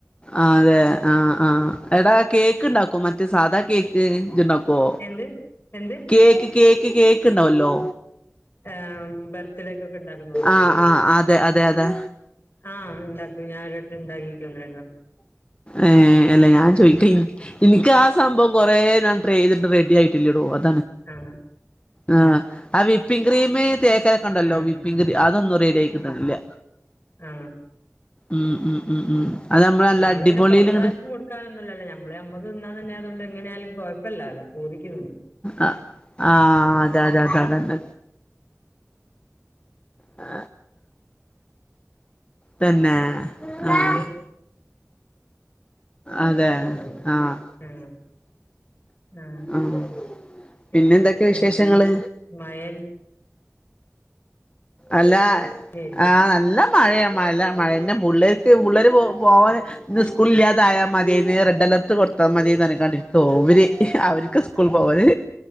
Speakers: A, on the left; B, on the left.
A: ആ അതെ ആ ആ എടാ കേക്ക് ഉണ്ടാക്കോ മറ്റേ സാധാ കേക്ക് ഇണ്ടാക്കോ
B: എന്ത് എന്ത്
A: കേക്ക് കേക്ക് കേക്ക് ഉണ്ട വല്ലോ
B: ആ ബർത്തിടേക്ക് ഒക്കെ ഉണ്ടാക്കുന്ന പോലത്തെ
A: ആഹ്
B: കേക്കോ
A: ആഹ് അതെ അതെ അതെ
B: ആ ഉണ്ടാക്കും ഞാനൻ ഒരുട്ട് ഉണ്ടാക്കിക്ക്ണ്
A: ഏ അല്ലേ ഞാൻ
B: ആഹ്
A: ചോദിക്ക എനിക്ക് ആ സംഭം കൊറേ ഞൻട്ര ചെയ്തിട്ട് റെഡി ആയിട്ടില്ലേടോ അത്
B: ആ
A: ആ ആ വിപ്പിംഗ ക്രീം തേക്കലെക്കെ ഉണ്ടല്ലോ
B: ആഹ്
A: വിപ്പിങ് ക്രീം അതൊന്നും റെഡി ആയി കിട്ട്ണില്ല
B: ആ
A: ഉം ഉം ഉം ഉം അത് നമ്മള് നല്ല
B: ഞമ്മള്
A: അടിപൊളിയില്
B: പിന്നെറത്തർക്കും
A: ഇങ്ങട്
B: കൊടുക്കാനൊന്നല്ലേ നമ്മള നമ്മക്ക് തിന്ന തന്നെ അതുകൊണ്ട് എങ്ങനെയായാലും ഇപ്പല്ലല്ല പോതിക്കുന്നു
A: ആ ആ അത അതെ അത അതന്ന ആ തന്നെ
B: ന്ത
A: ആഹ്
B: മല്ല
A: അതെ
B: <unintelligible>
A: ആഹ്
B: ആ <unintelligible> ആ
A: ആഹ്
B: പിന്നെന്താ
A: പിന്നെ എന്തൊക്കെ വിശേഷങ്ങള്
B: മയ
A: അല്ല
B: മഴന്നേര്ക്കും
A: ആ നല്ല മഴയ മല മഴന്ന പുള്ളർക്ക് പുള്ളര് പോ പോകെ ഇന്ന് സ്കൂള ഇല്ലാതായ മതിയേന്ന് റെഡ് അലർട്ട് കൊടുത്താൽ മതിയേന്ന്നക്കാണ്ടിരിയ്ക്ക്ഓര് അവർക്ക് സ്കൂള പോവാന്